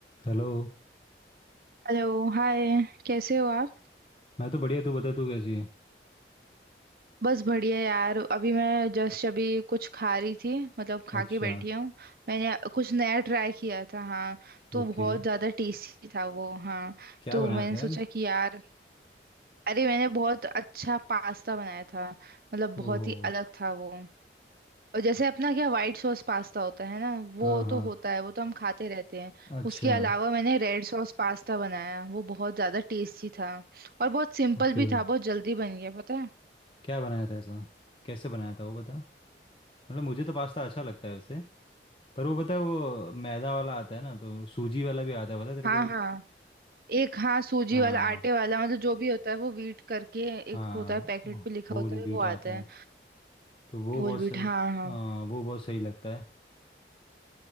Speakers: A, on the left; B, on the right.
A: Hello
B: Hello hi कैसे हो आप
A: मैं तो बढ़िया तू बता तू कैसी है
B: बस बढ़िया यार अभी मैं जस्ट अभी कुछ खा रही थी मतलब खा
A: अच्छा
B: के बैठी हूँ मैंने कुछ नया ट्राई किया था हाँ तो
A: ओके
B: बहुत ज़्यादा टेस्टी था वो हाँ
A: क्या
B: तो
A: बनाया
B: मैंने
A: था
B: सोचा
A: यार
B: कि यार अरे मैंने बहुत अच्छा पास्ता बनाया था मतलब
A: ओह
B: बहुत ही अलग था वो और जैसे अपना क्या वाइट सॉस पास्ता होता है ना वो
A: हाँ हाँ
B: तो होता है वो तो हम खाते रहते हैं
A: अच्छा
B: उसके अलावा मैंने रेड सॉस पास्ता बनाया वो बहुत ज़्यादा टेस्टी था और बहुत सिंपल
A: ओके
B: भी था बहुत जल्दी बन गया पता है
A: क्या बनाया था ऐसा कैसे बनाया था वो बता मतलब मुझे तो पास्ता अच्छा लगता है वैसे पर वो बता वो मैदा वाला आता है ना तो सूजी वाला भी आता है पता है तेरे
B: हाँ
A: को एक
B: हाँ एक हाँ सूजी
A: हाँ
B: वाला आटे वाला मतलब जो भी होता है वो व्हीट करके एक
A: हाँ
B: होता है पैकेट
A: वो
B: पे लिखा
A: होल
B: होता है
A: व्हीट
B: वो आता
A: आता
B: है
A: है तो वो
B: होल
A: बहुत
B: व्हीट
A: सही
B: हाँ हाँ
A: आ, वो बहुत सही लगता है